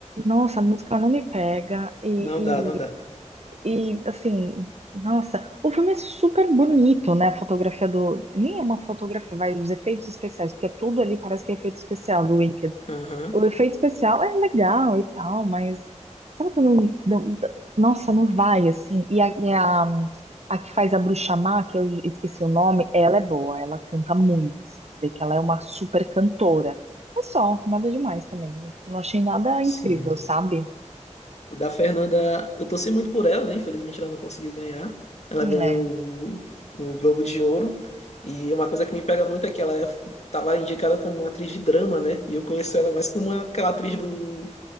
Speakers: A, on the right; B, on the left.
A: nossa, a música não me pega e,
B: Não
A: e,
B: dá, não dá.
A: e assim, nossa, o filme é super bonito, né? A fotografia do, nem é uma fotografia, vai os efeitos especiais, porque é tudo ali parece que é efeito especial do Wicked.
B: Aham.
A: O efeito especial é legal e tal, mas sabe quando não, não- nossa, não vai assim. E a, e a, a que faz a Bruxa Má, que eu esqueci o nome, ela é boa, ela canta muito, assim, vê que ela é uma super cantora. Mas só, nada demais também. Não achei nada
B: Sim.
A: incrível, sabe?
B: O da Fernanda, eu torci muito por ela, né? Infelizmente ela não conseguiu ganhar. Ela
A: É,
B: ganhou o, o Globo de Ouro. E uma coisa que me pega muito é que ela estava indicada como uma atriz de drama, né? E eu conheço ela mais como aquela atriz do,